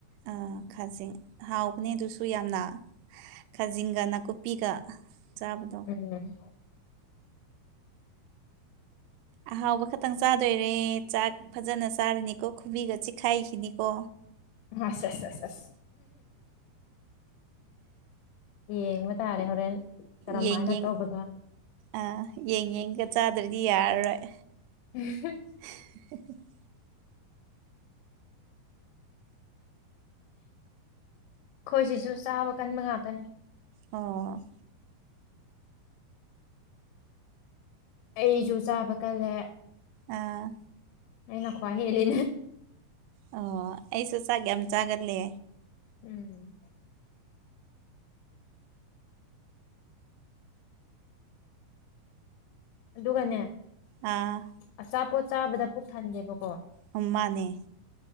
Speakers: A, on the right; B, on the left.
A: ꯑ ꯈꯥꯖꯤꯡ ꯍꯥꯎꯕꯅꯦ ꯑꯗꯨꯁꯨ ꯌꯥꯝꯅ ꯈꯥꯖꯤꯡꯒ ꯅꯥꯀꯨꯞꯄꯤꯒ ꯆꯥꯕꯗꯣ
B: ꯎꯝ
A: ꯑꯍꯥꯎꯕ ꯈꯛꯇꯪ ꯆꯥꯗꯣꯏꯔꯦ ꯆꯥꯛ ꯐꯖꯅ ꯆꯥꯔꯅꯤꯀꯣ ꯈꯨꯕꯤꯒ ꯆꯤꯈꯥꯏꯈꯤꯅꯤꯀꯣ
B: ꯑꯁ ꯑꯁ ꯑꯁ ꯌꯦꯡꯕ ꯇꯥꯔꯦ ꯍꯣꯔꯦꯟ ꯀꯔꯝꯍꯥꯏꯅ
A: ꯌꯦꯡ ꯌꯦꯡ
B: ꯇꯧꯕꯗꯣ
A: ꯑꯥ ꯌꯦꯡ ꯌꯦꯡꯒ ꯆꯥꯗ꯭ꯔꯗꯤ ꯌꯥꯔꯔꯣꯏ
B: ꯎꯝ
A: <inaudible>
B: ꯈꯣꯏꯁꯤꯁꯨ ꯆꯥꯕ ꯀꯟꯕ ꯉꯥꯛꯇꯅꯦ
A: ꯑꯣ
B: ꯑꯩꯁꯨ ꯆꯥꯕ ꯀꯜꯂꯦ
A: ꯑꯥ
B: ꯑ ꯅꯈ꯭ꯋꯥ ꯍꯦꯅꯦ
A: ꯑꯣ ꯑꯩꯁꯨ ꯆꯥꯛꯒꯦ ꯌꯥꯝ ꯆꯥꯒꯂꯦ
B: ꯎꯝ ꯑꯗꯨꯒꯅꯦ
A: ꯑꯥ
B: ꯑꯆꯥꯄꯣꯠ ꯆꯥꯕꯗ ꯄꯨꯛ ꯊꯟꯒꯦꯕꯀꯣ
A: ꯃ ꯃꯥꯅꯦ